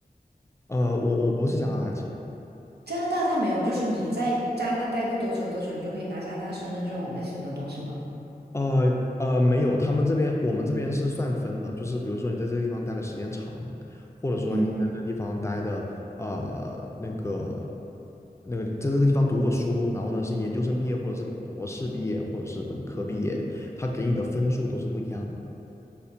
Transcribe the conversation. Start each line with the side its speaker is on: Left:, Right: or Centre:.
Left: 呃，我我不是加拿大籍，
Right: 加拿大它没有，就是你在加拿大待过多久多久，你就可以拿加拿大身份这种类型的东西吗？
Left: 呃呃，没有，他们这边我们这边是算分的，就是比如说你在这个地方待的时间长，或者说你在这个地方待的呃那个
Right: 嗯，
Left: 那个在这个地方读过书，然后呢是研究生毕业，或者是博士毕业，或者是本科毕业，他给你的分数都是不一样的。